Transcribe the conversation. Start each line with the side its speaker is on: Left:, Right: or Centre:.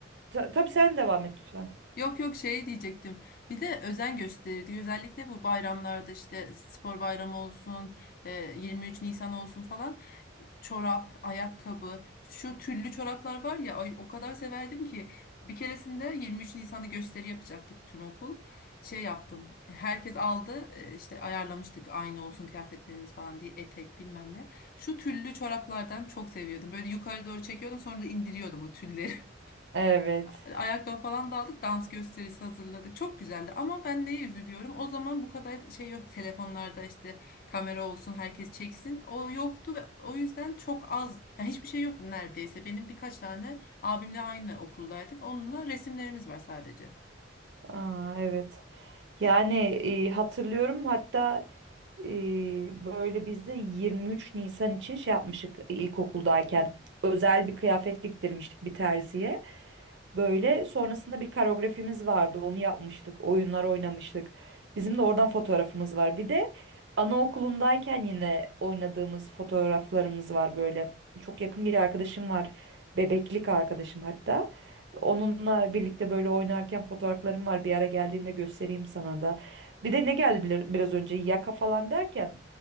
Right: Ta tabii sen devam et lütfen.
Left: Yok yok şey diyecektim. Bir de özen gösterirdik. Özellikle bu bayramlarda işte spor bayramı olsun, e, 23 Nisan olsun falan. çorap, ayakkabı, şu tüllü çoraplar var ya ay, o kadar severdim ki bir keresinde 23 Nisan'da gösteri yapacaktık tüm okul. Şey yaptım. Herkes aldı e, işte ayarlamıştık aynı olsun kıyafetlerimiz falan diye etek bilmem ne. Şu tüllü çoraplardan çok seviyordum. Böyle yukarı doğru çekiyordum sonra da indiriyordum o tülleri. <laughs>
Right: Evet.
Left: Hani Ayakkabı falan da aldık, dans gösterisi hazırladık. Çok güzeldi ama ben neye üzülüyorum? O zaman bu kadar şey yok. Telefonlarda işte kamera olsun, herkes çeksin. O yoktu ve o yüzden çok az. Yani hiçbir şey yok neredeyse. Benim birkaç tane abimle aynı okuldaydık. Onunla resimlerimiz var sadece.
Right: Aa, evet. Yani e, hatırlıyorum hatta e, böyle biz de 23 Nisan için şey yapmıştık ilkokuldayken. Özel bir kıyafet diktirmiştik bir terziye. Böyle sonrasında bir koreografimiz vardı. Onu yapmıştık. Oyunlar oynamıştık. Bizim de oradan fotoğrafımız var. Bir de anaokulundayken yine oynadığımız fotoğraflarımız var böyle. Çok yakın bir arkadaşım var. Bebeklik arkadaşım hatta. Onunla birlikte böyle oynarken fotoğraflarım var. Bir ara geldiğinde göstereyim sana da. Bir de ne geldi bile- biraz önce yaka falan derken.